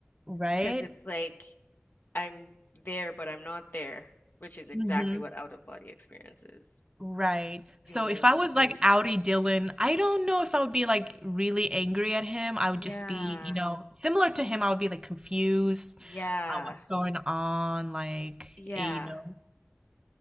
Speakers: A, on the right; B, on the left.
A: right?
B: Because it's like I'm there, but I'm not there, which is exactly
A: Mhm.
B: what out-of-body experience is.
A: Right.
B: Yo.
A: So if I was like Audi Dylan, I don't know if I would be like really angry at him. I would
B: Yeah.
A: just be, you know, similar to him, I would be like confused,
B: Yeah.
A: uh, what's going on, like,
B: Yeah.
A: eh, you know.